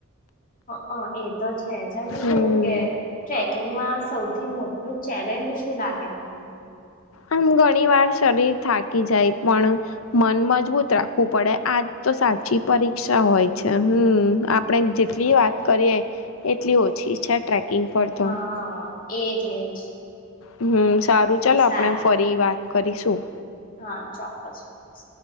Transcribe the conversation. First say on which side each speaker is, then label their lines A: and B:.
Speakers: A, on the left; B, on the left.
A: હ અહ એ તો છે જ અને
B: હમ
A: કેવું કે ટ્રેકિંગમાં સૌ થી મોટું ચેલેન્જ શું લાગે તમને?
B: આમ ઘણી વાર શરીર થાકી જાય પણ, મન મજબૂત રાખવું પડે આ તો સાચી પરીક્ષા હોય છે હમ આપણે જેટલી વાત કરીએ, એટલી ઓછી છે. ટ્રેકિંગ પરત
A: હા
B: તો.
A: એજ એજ.
B: હમ સારું ચાલો
A: સારું
B: આપણે ફરી વાત કરીશું.
A: હા ચોક્કસ ચોક્કસ.